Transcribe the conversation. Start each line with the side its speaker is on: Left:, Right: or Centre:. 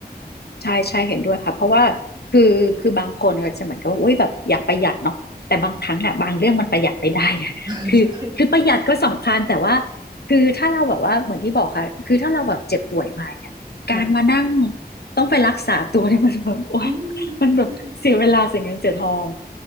Left: ใช่ใช่เห็นด้วยค่ะเพราะว่าคือคือบางคนก็จะเหมือนกับว่าอุ้ยแบบอยากประหยัดเนาะแต่บางครั้งอะบางเรื่องมันประหยัดไม่ได้ไง
Right: <laughs>
Left: <laughs> คือคือประหยัดก็สำคัญแต่ว่า
Right: ใช่
Left: คือถ้าเราแบบว่าเหมือนที่บอกค่ะคือถ้าเราแบบเจ็บป่วยมาเนี่ยการมานั่ง
Right: ค่ะ
Left: ต้องไปรักษาตัวเนี่ย <laughs> มันแบบโอ๊ย
Right: อืม
Left: มันแบบเสียเวลาเสียเงินเสียทอง
Right: ใช่